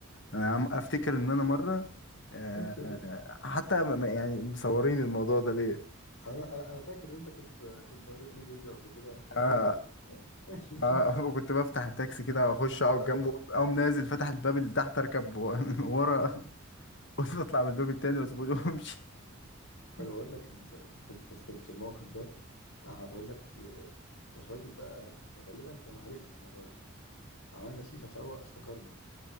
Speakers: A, on the left; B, on the left.
A: انا عم افتكر ان انا مرة آه،
B: كده
A: آه، حتى م- يعني مصورين الموضوع ده ليه
B: انا انا انا فاكر ان انت كنت كنت وريتني فيديو قبل كده عن
A: آه،
B: حاجه زي كده <laughs>
A: اه <laughs> كنت بفتح التاكسي كده اخش اقعد
B: ايوه
A: جنبه اقوم نازل فتح الباب اللي تحت اركب و- <laughs> ورا واطلع من الباب التاني واسيبه وامشي
B: ما انا بقول لك ال- في في- في- في الموقف ده آه، بقول لك آه، الراجل بقى غالبا كان عارفنا المره دي عملنا فيه ففوق افتكرنا